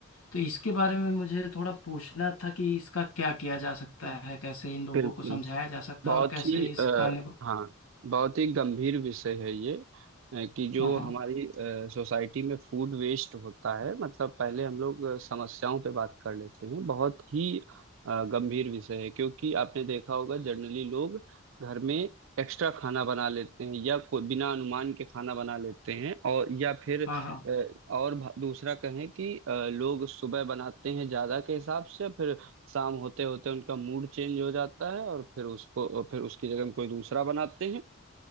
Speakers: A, on the left (about 80°); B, on the right (about 65°).
A: तो इसके बारे में मुझे थोड़ा पूछना था कि इसका क्या किया जा सकता है कैसे इन लोगों
B: बिल्कुल
A: को समझाया जा सकता
B: बहुत
A: है और कैसे
B: ही
A: इस
B: आ,
A: खाने को
B: हाँ बहुत ही गंभीर विषय है ये अ, कि जो
A: हाँ हाँ
B: हमारी सोसाइटी में फूड वेस्ट होता है मतलब पहले हम लोग अ, समस्याओं पे बात कर लेते हैं बहुत ही अ, गंभीर विषय है क्योंकि आपने देखा होगा जनरली लोग घर में एक्स्ट्रा खाना बना लेते हैं या कोई बिना अनुमान के खाना बना लेते हैं और या फिर
A: हाँ हाँ
B: अ, और भा- दूसरा कहें कि अ, लोग सुबह बनाते हैं ज्यादा के हिसाब से फिर शाम होते होते उनका मूड चेंज हो जाता है और फिर उसको फिर उसकी जगह हम कोई दूसरा बनाते हैं